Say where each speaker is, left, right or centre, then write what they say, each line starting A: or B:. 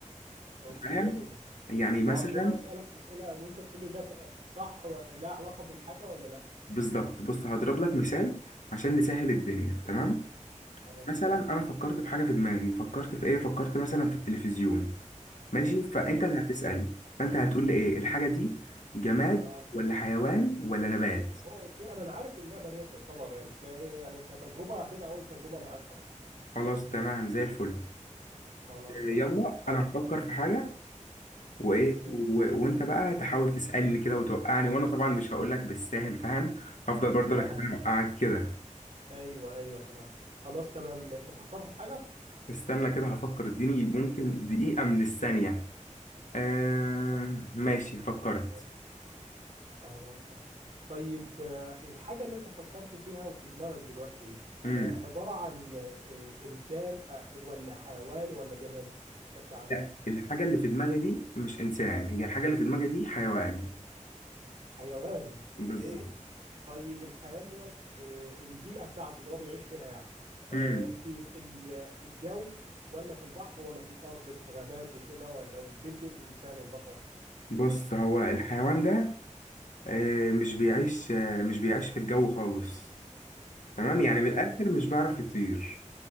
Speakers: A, on the right; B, on the left.
A: أوكي
B: فاهم يعني مثلا
A: أه اللي هو أسألك أسئلة وأنت تقول لي ده ت- صح ولا علاقة بالحاجة ولا لأ؟
B: بالظبط بص هضرب لك مثال عشان نسهل
A: أه
B: الدنيا تمام
A: خلاص
B: مثلا
A: تمام
B: انا فكرت في حاجه في دماغي فكرت في ايه فكرت مثلا في التلفزيون ماشي فانت
A: أوكي.
B: اللي هتسال فانت هتقول لي ايه الحاجه دي جماد
A: آه.
B: ولا حيوان ولا نبات
A: اه اوكي انا عارف اللعبه ديت يعتبر بس هي يعني كتجربه هتبقى اول تجربه معاك اهو
B: خلاص تمام زي الفل
A: خلاص
B: آه،
A: تمام
B: يلا
A: حاتم
B: انا هفكر في حاجه وايه
A: اوكي
B: و... وانت بقى تحاول تسالني كده وتوقعني وانا طبعا مش هقول لك بالساهل فاهم هفضل برضه انا
A: اه
B: كمان اوقعك كده
A: ايوه ايوه تمام خلاص تمام انت فكرت في حاجه
B: استنى كده هفكر اديني ممكن دقيقه من الثانيه آه...
A: آه،
B: ماشي فكرت
A: خلاص تمام. خلاص تمام. طيب آه، الحاجه اللي انت فكرت فيها وفي دماغك دلوقتي ايه
B: امم
A: آه، عباره عن آه، انسان آه، ولا حيوان ولا جماد بشكل عام
B: لا الحاجه اللي في دماغي دي مش انسان هي الحاجه اللي في دماغي دي حيوان
A: حيوان
B: بالظبط
A: اوكي طيب الحيوان دوت آه، البيئة بتاعته اللي هو بيعيش فيها يعني آه،
B: امم
A: في ال- الجو ولا في البحر ولا في الأرض في الغابات وكده ولا بين الإنسان والبشر
B: بص هو الحيوان ده آه مش بيعيش آه مش بيعيش في الجو خالص تمام يعني بالاخر
A: حلو
B: مش بيعرف يطير